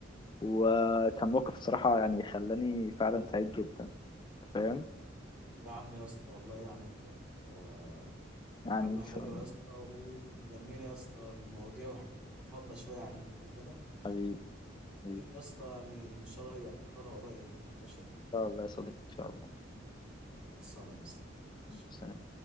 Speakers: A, on the left; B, in the centre.
A: وكان موقف بصراحة يعني خلاني فعلا سعيد جدا فاهم
B: يا عم يا اسطى والله يعني كانت آه،
A: يعني
B: مكالمة
A: إن
B: حلوة
A: شاء الله
B: يا اسطى و- ولمينا يا اسطى المواضيع وفضنا شوية على اللي في قلبنا
A: حبيبي حبيبي
B: يا
A: إن
B: اسطى يعني إن شاء الله يبقى نكررها قريب يعني ماشي
A: شاء الله يا صديقي إن شاء الله
B: خلصانة يا اسطى ماشي.
A: سلام